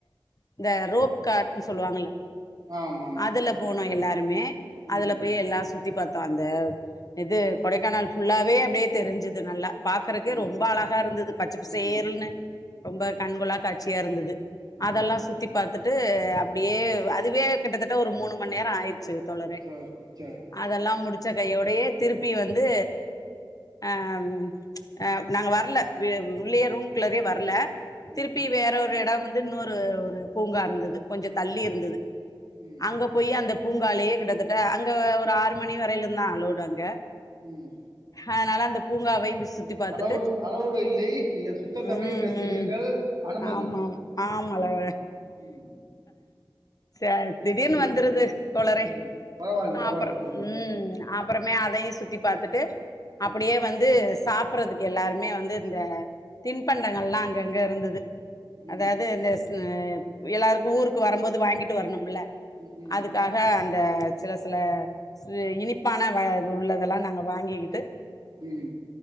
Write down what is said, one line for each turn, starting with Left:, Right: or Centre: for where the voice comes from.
Left: இந்த ரோப்கார்க்னு சொல்லுவாங்கல்ல
Right: ஆமா ஆமா
Left: அதுல போனோம் எல்லாருமே அதுல
Right: ம்
Left: போய் எல்லாம் சுத்தி பாத் அந்த இது கொடைக்கானல் ஃபுல்லாவே அப்படியே தெரிஞ்சுது நல்லா பாக்கறக்கே
Right: ம்
Left: ரொம் ரொம்ப அழகா இருந்தது பச்ச பசேல்னு
Right: ம்
Left: ரொம்ப
Right: சரி
Left: கண் கொள்ளா காட் சியா இருந்துது
Right: ம்
Left: அதெல்லா சுத்தி பாத் துட்டு அப்டியே அதுவே கிட்டத்தட்ட ஒரு மூணு மண் நேரோ ஆயி ச்சு தோலரே
Right: சரி சரி
Left: அதெல்லா முடிச் ச்ச கையோடையே திருப்பி வந்து அ ப்ச் அ நாங்க வர்ல வெ உள்ளையே ரூம் குள்ளரே வர்ல திருப்பி
Right: ம்
Left: வேற ஒரு எடோ வந் இன்னொரு ஒரு பூங்கா இருந்தது கொஞ்சோ தள்ளி இருந்துது
Right: ம் ம்
Left: அங்க போய் அந்த பூங்காலேயே கிட்டத்தட்ட அங்க ஒரு ஆறு மணி வரைலு தா அளவ்டு அங்க
Right: உம்
Left: அதனால அந்த பூங்காவயு போ சு த்தி பாத்துட்
Right: அளோடு அளவ்டு இல்லை நீங்கள் சுத்த தமிழில்
Left: ம்
Right: பேசுகிறீர்கள்
Left: ம்
Right: அனுமதி
Left: ஆமாம் ஆமலவ
Right: ம் ம்
Left: சேர் திடீர்னு
Right: சொல்லுங்கள்
Left: வந்துருது தோலரே
Right: ம் பரவாயில்ல பரவாயில்ல
Left: அப்புற
Right: பேசுங்க
Left: உம்
Right: பேசுங்க
Left: அப்பறமே யும் சுத்தி பாத்துட்டு அப்படியே
Right: ம்
Left: வந்து சாப்புறதுக் எல்லாருமே வந்து இந்த தின்பண்டங்கள் எல்லா அங்கங்க இருந்துது
Right: ம்
Left: அதாவது இந்த அ எல்லாருக்கு ஊருக்கு வரும்போது வாங்கிட்டு வரணும்ல
Right: ம் ம்
Left: அதுக்காக அந்த சில சில சி இனிப்பான வ உள்ளதெல்லா நாங்க வாங்கிக்கிட்டு
Right: உம்